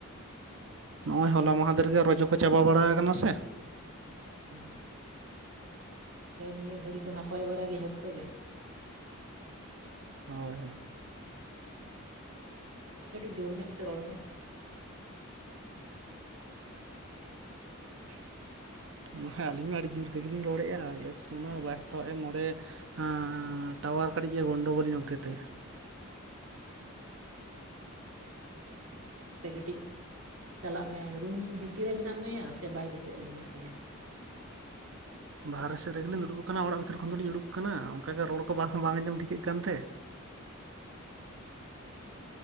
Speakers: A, on the right; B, on the right.
A: ᱱᱚᱜ-ᱚᱭ
B: ᱛᱟᱦᱚᱞᱮ
A: ᱦᱚᱞᱟ ᱢᱟᱦᱟᱸᱫᱮᱨ
B: ᱱᱤᱭᱟᱹ
A: ᱜᱮ ᱨᱚᱡᱚ ᱠᱚ ᱪᱟᱵᱟ ᱵᱟᱲᱟᱣ ᱠᱟᱱᱟ ᱥᱮᱼᱼ
B: ᱚ ᱛᱟᱦᱚᱞᱮ ᱱᱤᱭᱟᱹ ᱜᱷᱟᱹᱲᱤᱡ ᱫᱚ ᱱᱟᱯᱟᱭ ᱵᱟᱲᱟ ᱜᱮ ᱡᱷᱚᱛᱚ ᱜᱮ?
A: ᱦᱚᱭ ᱦᱚᱭ᱾
B: ᱜᱚᱝᱠᱮ ᱠᱟᱹᱴᱤᱡ ᱡᱳᱨ ᱧᱚᱜ ᱛᱮ ᱨᱚᱲ ᱢᱮ᱾
A: <inaudible> ᱵᱟᱠᱷᱟᱡ ᱟᱹᱞᱤᱧ ᱢᱟ ᱟᱹᱰᱤ ᱡᱩᱨ ᱛᱮᱜᱮ ᱞᱤᱧ ᱨᱚᱲᱮᱜ-ᱟ, ᱮ ᱥᱩᱱᱟ ᱵᱟᱭ ᱦᱟᱛᱟᱣᱮᱜ-ᱟ ᱱᱚᱸᱰᱮ᱾ ᱟᱸᱻ ᱴᱟᱣᱟᱨ ᱠᱟᱹᱴᱤᱡ ᱜᱮ ᱜᱚᱱᱰᱚᱜᱳᱞ ᱧᱚᱜ ᱠᱮᱜ ᱛᱟᱭᱟ᱾
B: ᱪᱟ ᱛᱟᱦᱚᱞᱮ ᱡᱟᱦᱟᱸ ᱥᱮᱜ ᱨᱮ ᱴᱟᱣᱟᱨᱼᱼ ᱛᱮ ᱠᱟᱹᱴᱤᱡ ᱪᱟᱞᱟᱜ ᱢᱮ ᱨᱩᱢ ᱵᱷᱤᱛᱤᱨ ᱨᱮ ᱢᱮᱱᱟᱜ ᱢᱮᱭᱟ, ᱥᱮ ᱵᱟᱭᱨᱮ ᱥᱮᱜ ᱨᱮ ᱢᱮᱱᱟᱜ ᱢᱮᱭᱟ?
A: ᱵᱟᱦᱨᱮ ᱥᱮᱫ ᱨᱮᱜᱮ ᱞᱤᱧ ᱫᱩᱲᱩᱵ ᱠᱟᱱᱟ ᱚᱲᱟᱜ ᱵᱷᱤᱛᱤᱨ ᱠᱷᱚᱱ ᱫᱚᱞᱤᱧ ᱩᱰᱩᱠ ᱠᱟᱱᱟ ᱚᱱᱠᱟ ᱜᱮ ᱨᱚᱲ ᱠᱚ ᱵᱟᱝ ᱦᱚᱸ ᱵᱟᱝ ᱟᱸᱡᱚᱢ ᱴᱷᱤᱠᱟᱹᱜ ᱠᱟᱱ ᱛᱮ᱾